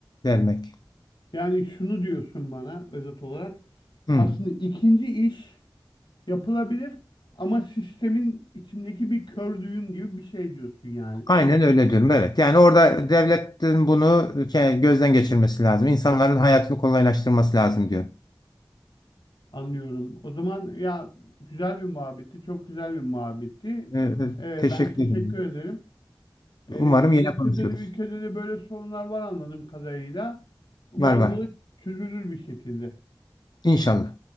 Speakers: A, on the left (about 60°); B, on the left (about 75°).
A: vermek.
B: Yani şunu diyorsun bana özet olarak.
A: Hı.
B: Aslında ikinci iş yapılabilir ama sistemin içindeki bir kör düğüm gibi bir şey diyorsun yani.
A: Aynen öyle diyorum. Evet. Yani orada devletin bunu ke- gözden geçirmesi lazım. İnsanların hayatını kolaylaştırması lazım diyorum.
B: Anlıyorum. O zaman ya güzel bir muhabbetti, çok güzel bir muhabbetti.
A: Ee, e,
B: Ee,
A: teşekkür
B: ben teşekkür
A: ederim.
B: ederim. Ee,
A: Umarım yine
B: ülkede,
A: konuşuruz.
B: ülkede de böyle sorunlar var anladığım kadarıyla. Umarım
A: Var var.
B: bu da çözülür bir şekilde.
A: İnşallah.